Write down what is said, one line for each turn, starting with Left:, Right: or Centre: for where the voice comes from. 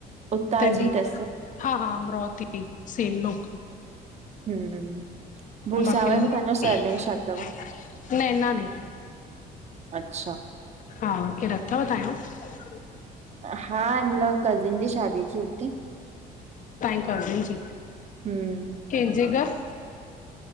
Right: उतां
Left: तॾहिं
Right: जी अथसि
Left: हा हा अमरावती <unintelligible> सेनोक
Right: हम्म भुसावल
Left: बाक़ी <unintelligible>
Right: में तव्हांजो सरनेम
Left: न
Right: छा अथव
Left: नैनानी।
Right: अच्छा
Left: हा केर अथव तव्हां जो।
Right: हा मतलब कजिंन जी शादी थी हुते।
Left: कजिंन जी,
Right: हम्म
Left: कहिंजेे घर?